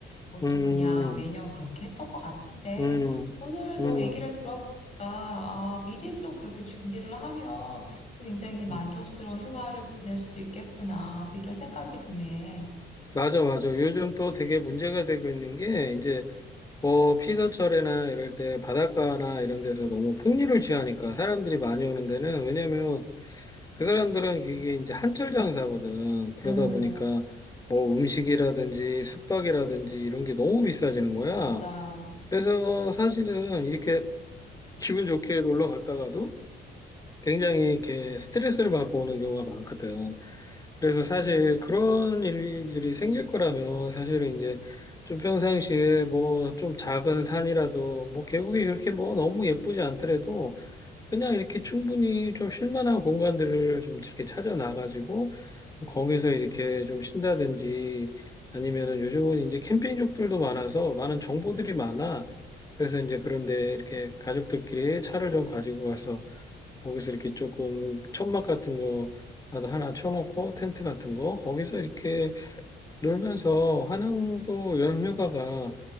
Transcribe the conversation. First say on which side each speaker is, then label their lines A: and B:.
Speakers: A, on the left (about 35°); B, on the left (about 20°).
A: 뭐
B: 음,
A: 또 그냥 매년 그렇게 했던 것 같은데
B: 음,
A: 오늘 너
B: 음.
A: 얘기를 들어보니까 아 미리 좀 그렇게 준비를 하면 또 굉장히 만족스러운
B: 음.
A: 휴가를 보낼 수도 있겠구나 또 이런 생각이 드네.
B: 맞아, 맞아. 요즘 또 되게 문제가 되고 있는 게, 이제 어, 피서철이나 이럴 때 바닷가나 이런 데서 너무 풍류를 취하니까 사람들이 많이 오는 데는 왜냐면 그 사람들은 그게 이제 한철 장사거든. 그러다
A: 음
B: 보니까 뭐 음식이라든지 숙박이라든지 이런 게 너무 비싸지는 거야.
A: 맞아.
B: 그래서 사실은 이렇게 <laughs> 기분 좋게 놀러 갔다가도 굉장히 이렇게 스트레스를 받고 오는 경우가 많거든. 그래서 사실
A: 음.
B: 그런 일들이 생길 거라면 사실은 이제 좀 평상시에 뭐 좀 작은 산이라도 뭐 계곡이 그렇게 뭐 너무 예쁘지 않더라도 그냥 이렇게 충분히 좀 쉴만한 공간들을 좀 이렇게 찾아 나가지고 거기서 이렇게 좀 쉰다든지 아니면은 요즘은 이제 캠핑족들도 많아서 많은 정보들이 많아. 그래서 이제 그런데 이렇게 가족들끼리 차를 좀 가지고 가서 거기서 이렇게 조금 천막 같은 거 하나 쳐놓고 텐트 같은 거 거기서 이렇게 놀면서 한양도 여름휴가가